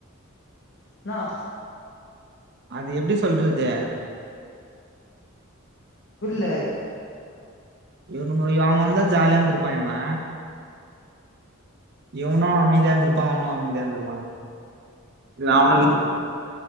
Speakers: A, on the left; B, on the right.
A: ன்னா
B: அது எப்டி சொல்றது
A: புர்ல
B: இவனுங்க அவெ வந்தா ஜாலியாந்துருப்பா இவே இவ்னு அமைதியா இருந்துருப்பா அவ்னு அ மைதியா இருந்துருப்பானுங்க இல்ல அவன
A: ஆ